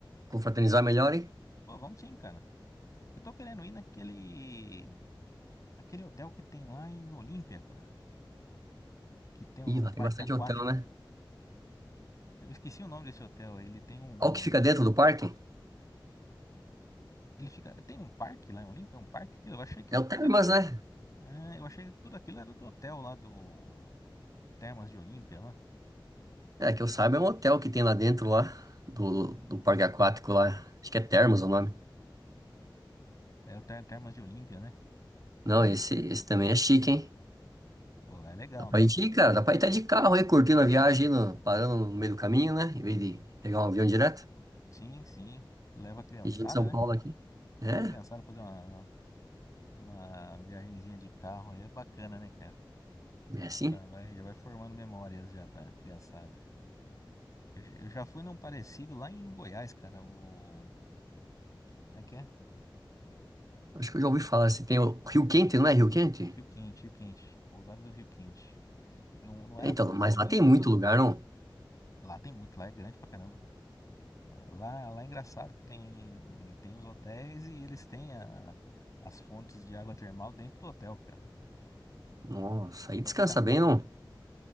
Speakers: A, on the right; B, on the left.
A: confraternizar melhor, hein?
B: Pô, vamos sim, cara. Eu tô querendo ir naquele, aquele hotel que tem lá em Olímpia, cara. Que tem um,
A: Ih,
B: um
A: lá
B: parque
A: tem bastante
B: aquático.
A: hotel, né?
B: Eu esqueci o nome desse hotel. Ele tem um,
A: Olha o que fica dentro do parque.
B: ele fica, tem um parque lá em Olímpia, é um parque aquilo. Eu achei que
A: É
B: tudo,
A: o Termas,
B: aqu-
A: né?
B: ah, eu achei que tudo aquilo era do hotel lá do Termas de Olímpia, lá.
A: É, que eu saiba, é um hotel que tem lá dentro lá, do, do parque aquático lá. Acho que é Termas o nome.
B: É o Ter- Termas de Olímpia, né?
A: Não, esse, esse também é chique, hein?
B: Pô, lá é legal,
A: Dá pra gente ir, cara. Dá pra ir até de carro aí, curtindo a viagem, aí no- parando no meio do caminho, né? Em vez de pegar um avião direto.
B: Sim, sim. Leva a criançada,
A: E gente de São
B: né?
A: Paulo aqui. É,
B: Leva a criançada pra fazer uma, uma viagenzinha de carro aí, é bacana, né, cara?
A: é assim.
B: Vai, vai- já vai formando memórias já pra criançada. Eu, j- eu já fui num parecido lá em Goiás, cara. O. Como é que é?
A: Acho que eu já ouvi falar. Se tem o Rio Quente, não é Rio Quente?
B: Rio, Rio Quente, Rio Quente. Pousada do Rio Quente. Não, não
A: É,
B: era
A: Então,
B: pousada
A: mas lá
B: do
A: tem
B: Rio
A: muito
B: Quente.
A: lugar, não?
B: Lá tem muito, lá é grande pra caramba. Lá, lá é engraçado que tem, tem os hotéis e eles têm a- as fontes de água termal dentro do hotel, cara.
A: Nossa, aí
B: Então,
A: descansa
B: ca-
A: bem, não?